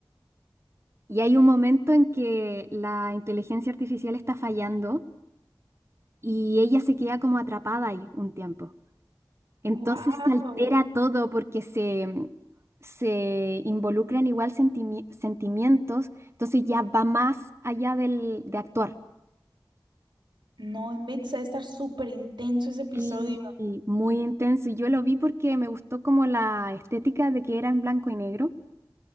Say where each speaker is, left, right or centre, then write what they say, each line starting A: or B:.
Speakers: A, on the right; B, on the right.
A: Y hay un momento en que la inteligencia artificial está fallando y ella se queda como atrapada ahí un tiempo. Entonces
B: Wow.
A: se altera todo porque se, se involucran igual sentimi- sentimientos, entonces ya va más allá del, de actuar.
B: No, inventes, a estar súper intenso ese episodio.
A: Y, y muy intenso. Y yo lo vi porque me gustó como la estética de que era en blanco y negro.